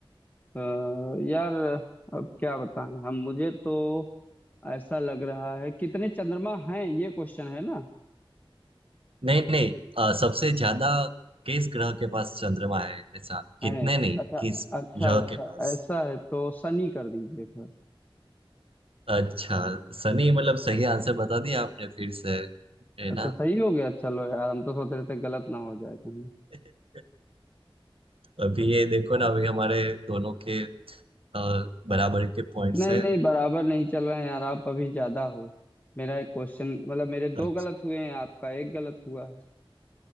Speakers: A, on the left; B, on the right.
A: अ, यार अब क्या बताएं हम मुझे तो ऐसा लग रहा है कितने चंद्रमा हैं ये क्वेश्चन है ना
B: नहीं नहीं अ, सबसे ज्यादा किस ग्रह के पास चंद्रमा है ऐसा कितने
A: हैं
B: नहीं
A: अच्छा
B: किस
A: अच्छा
B: ग्रह
A: अच्छा
B: के पास
A: ऐसा है तो सनी कर दीजिए फिर
B: अच्छा सनी मतलब सही आंसर बता दिया आपने फिर से है
A: अच्छा
B: ना
A: सही हो गया चलो यार हम तो सोच रहे थे गलत ना हो जाए कहीं
B: <laughs> अभी ये देखो ना अभी हमारे दोनों के अ, बराबरी के पॉइंट्स
A: नहीं
B: है
A: नहीं बराबर नहीं चल रहे हैं यार आप अभी ज्यादा हो मेरा एक क्वेश्चन मतलब मेरे दो
B: अच्छा
A: गलत हुए हैं आपका एक गलत हुआ है